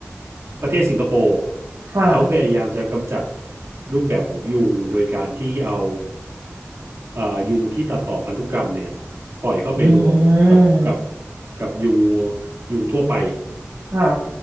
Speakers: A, on the right (about 60°); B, on the right (about 80°).
A: ประเทศสิงคโปร์
B: ค่ะ
A: เขาพยายามจะกำจัดรูปแบบของยุงโดยการที่เอาเอ่อยุงที่ตัดต่อพันธุกรรมเนี่ยปล่อยเข้าไปรวมกับกับ
B: อืม
A: กับยุงยุงทั่วไป
B: ค่ะ